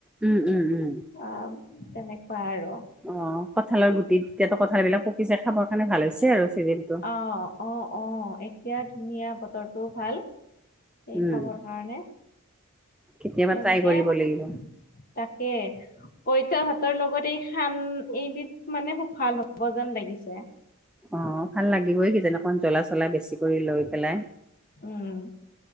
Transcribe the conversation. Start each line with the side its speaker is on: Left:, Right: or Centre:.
Centre: উম উম উম
Left: অ তেনেকুৱা আৰু
Centre: অ কঁঠালৰ গুটিত এতিয়াতো কঁঠাল বিলাক পকিছে খাবৰ কাৰণে ভাল হৈছে আৰু চিজনটো
Left: অ অ অ এতিয়া ধুনীয়া বতৰটোও ভাল সেই
Centre: উম
Left: খাবৰ কাৰণে
Centre: কেতিয়াবা
Left: তেনেকেই
Centre: ট্ৰাই কৰিব
Left: মানে
Centre: লাগিব
Left: তাকে পঁইতা ভাতৰ লগত এই খান এইবিধ মানে খুব ভাল হব যেন লাগিছে
Centre: অ ভাল লাগিবই কিজান অকমান জ্বলা চলা বেছি কৰি লৈ পেলাই
Left: উম